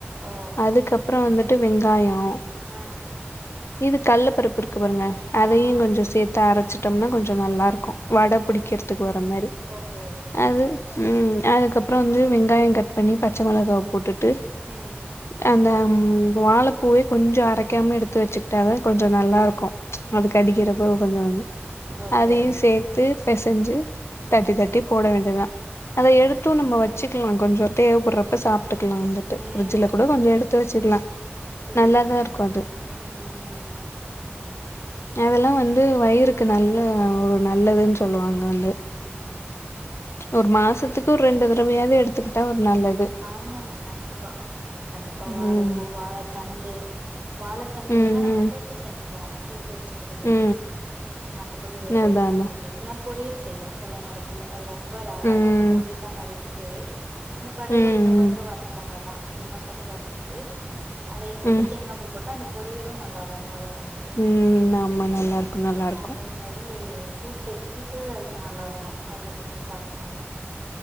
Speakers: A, on the right; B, on the left.
A: ஓ
B: அதுக்கப்றோ வந்துட்டு வெங்காயோ
A: ஆ
B: இது கள்ள பருப்பு இருக்கு பாருங்க அதையு
A: ஆமா
B: கொஞ்சோ சேர்த்து அரச்சு விட்டோம்னா கொஞ்சோ நல்லாருக்கு வட
A: ம்
B: பிடிக்கிறதுக்கு வர மாரி
A: ஓகே ஓகே
B: அது
A: ம்
B: உம் அதுக்கப்புற வந்து வெங்காய கட் பண்ணி பச்ச மொளகாவ போட் டு
A: ம்
B: அந்த ம் வாழப்பூவே கொஞ்ச அரைக்காம எடுத்து வச்சுக் விட்டாதா கொஞ்ச நல்லா இருக்கு
A: ம்
B: அதுக்கு கடிக்கிறப்ப
A: ம்
B: கொஞ்ச
A: ஓகே
B: அதையு
A: ஓகே
B: சேத்து பெசஞ்சு
A: ம் ம்
B: தட்டி
A: ம்
B: தட்டி
A: ம்
B: போட வேண்டியதா அத
A: ஓ
B: எடுத்து
A: சரி
B: நம்ம வச்சுட் கொஞ்ச தேவைப்படுறப்ப சாப்ப க்கலா வந்துட்டு
A: ம்
B: பிரட்ஜ்ல கூட
A: ம்
B: கொஞ்ச
A: ம்
B: எடுத்து வச்சுக்கலா
A: புரியுது
B: நல்லாதா
A: புரியுது
B: இருக்கு அது
A: ம் ம் ம்
B: அதெல்லா வந்து வயிறுக்கு நல்ல ஒரு நல்லதுன்னு சொ லுவாங்க வந்து
A: உம்
B: ஒரு மாசத்துக்கு ரெண்டு தடவையாவது எடுத்துக்கிட்டா ஒரு நல்லது
A: ஆமாம கண்டிப்பா கண்டிப்பா
B: ம்
A: வாழப்பூ வாழதண்டு வாழத்தண்டுலைல
B: ம்
A: நாங்க
B: ம்
A: கூட்டு செஞ்சுக்குவோ ட்டு வச்சுக்கிறது
B: ம்
A: மத்தபடி வேறு
B: ம் அதா
A: எதுவு அதுல
B: அதா
A: செஞ்சப் பொறியல் செய்வோ சில நேரதுல அது ரொம்ப ரர்
B: ம்
A: நல்ல பொடிஸ்சா நறுக்கிட் ட்டு கடுகு
B: ம் ம்
A: உளுத்தம்பருப்பு வர மிளகா தா இதெல்லா போட்டு வதக்கிட்டு அதையு போட்டு
B: ம்
A: தேங்கா பூ போட்டு அந்த பொரியலு நல்லாருக்கு வாழத் தண்டுக்கு
B: ம் ஆமா நல்லா இருக்கு
A: ஆமா
B: நல்லா இருக்கு
A: அதே மாரி கூட்டு கூட்டு நல்லா இருக்கு அதுல செஞ்சு சாப்டோம்னா